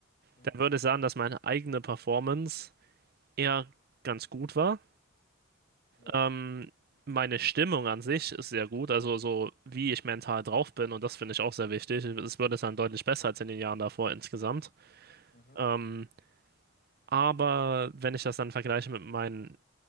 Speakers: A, on the left; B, on the right.
A: Mhm.
B: Dann würde ich sagen, dass meine eigene Performance eher ganz gut war.
A: Ja,
B: Ähm, meine Stimmung an sich ist sehr gut, also so wie ich mental drauf bin und das finde ich auch sehr wichtig. Es wird es dann deutlich besser als in den Jahren davor insgesamt.
A: mhm.
B: Ähm, aber wenn ich das dann vergleiche mit meinen